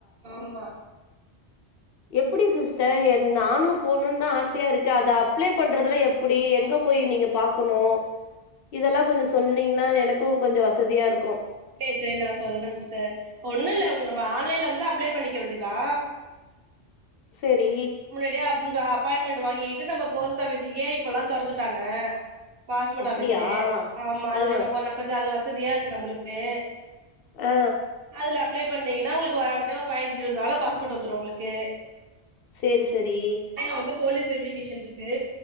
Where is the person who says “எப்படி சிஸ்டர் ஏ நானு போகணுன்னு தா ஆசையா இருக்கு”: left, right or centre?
Left